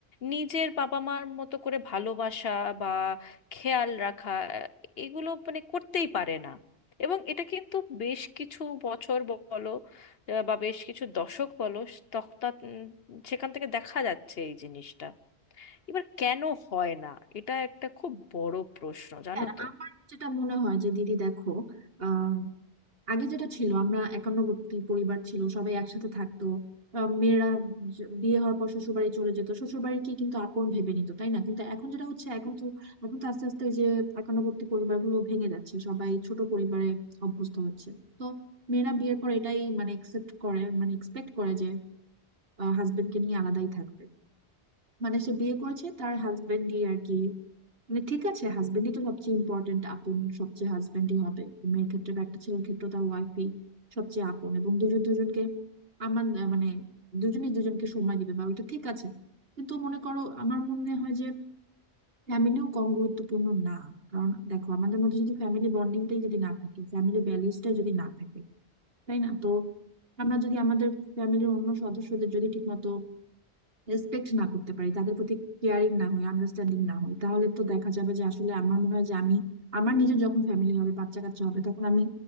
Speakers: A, on the left; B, on the right.
A: নিজের বাবা মার মতো করে ভালোবাসা বা খেয়াল রাখা আহ, এগুলো মানে করতেই পারে না এবং এটা কিন্তু বেশ কিছু বছর বলো আহ, বা বেশ কিছু দশক বলো তখ- তা- উম, সেখান থেকে দেখা যাচ্ছে এই জিনিসটা এবার কেন হয় না এটা একটা খুব বড় প্রশ্ন জানো
B: হ্যাঁ
A: তো
B: আমার যেটা মনে হয় যে দিদি দেখো আহ আগে যেটা ছিল আমরা একান্নবর্তী পরিবার ছিল সবাই একসাথে থাকতো আহ, মেয়েরা জ- বিয়ে হওয়ার পর শ্বশুর বাড়ি চলে যেত শ্বশুর বাড়িকে কিন্তু আপন ভেবে নিত তাই না কিন্তু এখন যেটা হচ্ছে এখন তো এখন তো আস্তে আস্তে ওই যে একান্নবর্তী পরিবারগুলো ভেঙে যাচ্ছে সবাই ছোট পরিবারে অভ্যস্ত হচ্ছে তো মেয়েরা বিয়ের পর এটাই মানে একসেপ্ট করে মানে এক্সপেক্ট করে যে হাজবেন্ডকে নিয়ে আলাদাই থাকবে মানে সে বিয়ে করেছে তার হাজবেন্ডই আর কি মানে ঠিক আছে হাজবেন্ডই তো সবচেয়ে ইম্পর্টেন্ট আপন সবচেয়ে হাজবেন্ডই হবে মেয়ের ক্ষেত্রে বা একটা ছেলের ক্ষেত্রে তার ওয়াইফই সবচেয়ে আপন এবং দুজন দুজনকে আমার আহ, মানে দুজনেই দুজনকে সময় দিবে বা ওইটা ঠিক আছে কিন্তু মনে করো আমার মনে হয় যে ফ্যামিলিও কম গুরুত্বপূর্ণ না কারণ দেখো আমাদের মধ্যে যদি ফ্যামিলি বন্ডিংটাই যদি না থাকে ফ্যামিলি ভ্যালিউসটাই যদি না থাকে তাই না তো আমরা যদি আমাদের ফ্যামিলির অন্য সদস্যদের যদি ঠিকমতো রেসপেক্ট না করতে পারি তাদের প্রতি কেয়ারিং না হই আন্ডারস্ট্যান্ডিং না হই তাহলে তো দেখা যাবে যে আসলে আমার মনে হয় যে আমি আমার নিজের যখন ফ্যামিলি হবে বাচ্চা কাচ্চা হবে তখন আমি